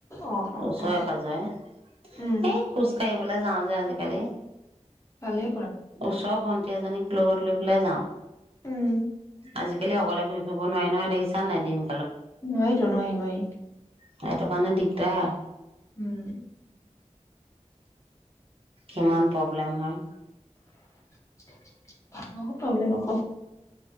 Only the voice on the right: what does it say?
ওচৰে
পাজৰে
এই খোজ কাঢ়ি যাওঁ যে আজিকালি।
ওচৰত এজনীক লগত লৈ পেলাই যাওঁ।
আজি কেলে অকলে ঘূৰি ফৰিব নোৱাৰি নয় দেখিছা নাই দিন
সেইটো কাৰণে দিগদাৰ।
কিমান প্ৰব্লেম হয়।